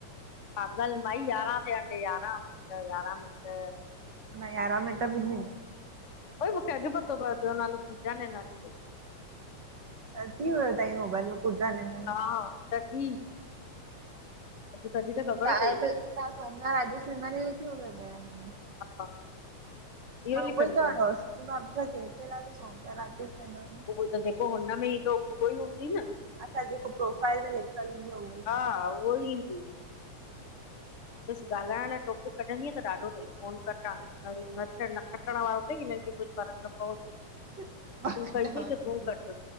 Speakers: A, on the left; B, on the right.
A: पागल माई यारहां थ्या तई यारहां मिंट यारहां मिन्ट।
B: याराम मट भी थींदा।
A: भाई मुखे अज़ पतो पयो तुन्जो नालो पूजा नैनानी तई।
B: अ थी वियो टाईम, मोबाइल जो। बुधा <unintelligible>
A: हा, तॾहिं। <unintelligible>
B: तहां अज
A: आहे
B: सोमनाथ राजस नेमानी लिख्यो तव हिन में। <unintelligible>
A: हा <unintelligible> इहो
B: मां
A: ई लिखंदी
B: उबई त
A: आहियां
B: रोस
A: मां
B: की बाबी सां सेर ते लाइ त सौमपिय ली न <unintelligible>
A: उहो त जेको हुन में ईंदो, उहो ई हूंदी न।
B: अच्छा जेको प्रोफाइल में लिखयल हूंदो आहे, उहो ई।
A: हा उहो ही ईंदुई। <unintelligible> बस ॻाल्हाइण लाय टापिक कढंदीअ त ॾाढो थई, फोन कट हाणे <unintelligible> हे न कटण वारो थई, हिनन खे कुछ फर्क न पवंदुई,
B: आहे मां
A: तूं
B: चवां
A: कई अथई त
B: थी
A: तूं कट।